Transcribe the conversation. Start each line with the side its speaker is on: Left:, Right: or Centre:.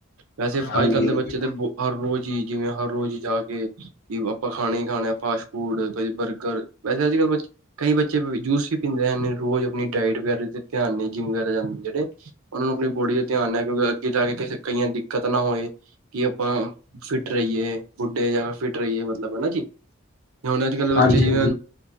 Right: ਵੈਸੇ
Left: ਹਾਂਜੀ
Right: ਅੱਜ ਕੱਲ ਦੇ
Left: ਹਾਂਜੀ
Right: ਬੱਚੇ ਦੇ ਹਰ ਰੋਜ਼ ਜੀ ਜਿਵੇਂ ਹਰ ਰੋਜ਼ ਜਾ ਕੇ ਕਿ ਆਪਾਂ ਖਾਣਾ ਹੀ ਖਾਣਾ ਫਾਸਟ ਫੂਡ ਬਰਗਰ ਵੈਸੇ ਅੱਜ ਕੱਲ ਬ ਕਈ ਬੱਚੇ ਜੂਸ ਵੀ ਪੀਂਦੇ ਹਨ ਰੋਜ਼ ਆਪਣੀ ਡਾਇਟ ਵਗੈਰਾ ਧਿਆਨ ਨਹੀਂ ਜਿੰਮ ਵਗੈਰਾ ਜਾਂਦੇ ਜਿਹੜੇ ਉਹਨਾਂ ਨੂੰ ਆਪਣੀ ਬੋਡੀ ਦੇ ਧਿਆਨ ਨੇ ਕਿਉਂਕਿ ਅੱਗੇ ਜਾ ਕੇ ਕਈਆਂ ਦਿੱਕਤ ਨਾ ਹੋਏ ਕਿ ਆਪਾਂ ਫਿਟ ਰਹੀਏ ਬੁੱਢੇ ਜਾ ਫਿਟ ਰਹੀਏ ਮਤਲਬ ਹਨਾ ਜੀ ਹੁਣ ਅੱਜ ਕੱਲ੍ਹ ਬੱਚੇ
Left: ਹਾਂਜੀ
Right: ਜਿਵੇਂ
Left: ਹਾਂਜੀ